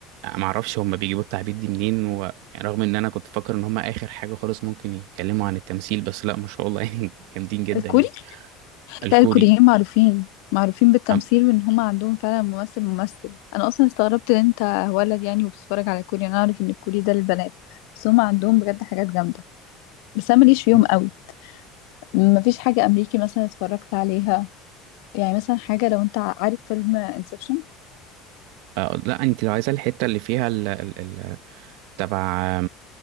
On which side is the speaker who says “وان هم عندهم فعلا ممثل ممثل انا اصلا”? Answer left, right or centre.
Left